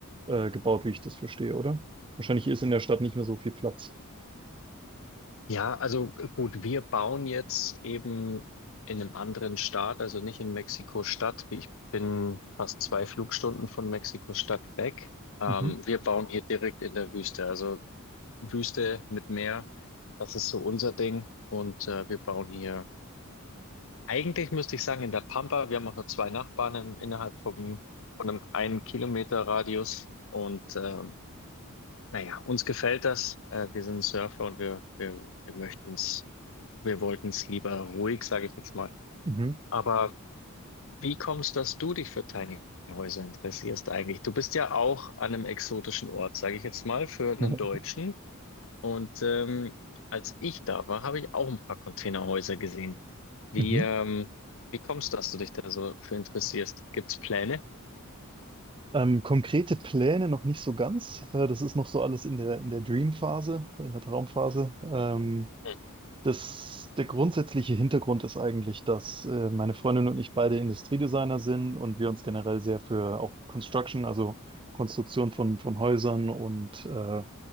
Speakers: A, on the right; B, on the left.
A: äh, gebaut, wie ich das verstehe, oder? Wahrscheinlich ist in der Stadt nicht mehr so viel Platz.
B: Ja, also äh, gut, wir bauen jetzt eben in einem anderen Staat, also nicht in Mexiko-Stadt. Ich bin fast zwei Flugstunden von Mexiko-Stadt weg. Ähm,
A: Mhm.
B: wir bauen hier direkt in der Wüste. Also Wüste mit Meer. Das ist so unser Ding. Und äh, wir bauen hier, eigentlich müsste ich sagen, in der Pampa. Wir haben auch nur zwei Nachbarn im, innerhalb von, von einem einen Kilometer Radius. Und ähm, naja, uns gefällt das. Äh, wir sind Surfer und wir, wir, wir möchten es, wir wollten es lieber ruhig, sage ich jetzt mal.
A: Mhm.
B: Aber wie kommst, dass du dich für Tiny Häuser interessierst eigentlich? Du bist ja auch an einem exotischen Ort, sage ich jetzt mal, für einen
A: <laughs> Mhm.
B: Deutschen. Und ähm, als ich da war, habe ich auch ein paar Containerhäuser gesehen. Wie,
A: Mhm.
B: ähm, wie kommst du, dass du dich da so für interessierst? Gibt's Pläne?
A: Ähm, konkrete Pläne noch nicht so ganz. Äh, das ist noch so alles in der, in der Dream-Phase, in der Traumphase. Ähm,
B: Hm,
A: Das, der grundsätzliche Hintergrund ist eigentlich, dass äh, meine Freundin und ich beide Industriedesigner sind und wir uns generell sehr für auch Construction, also Konstruktion von, von Häusern und äh,